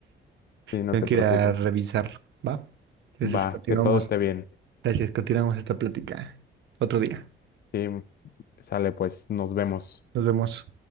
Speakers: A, on the left; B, on the right.
A: Sí, no
B: Tengo
A: te
B: que
A: preocupes.
B: ir a revisar, ¿va? Entonces
A: Va,
B: continuamos.
A: que todo esté bien.
B: Gracias, continuamos esta plática otro día.
A: Sí, sale, pues nos vemos.
B: Nos vemos.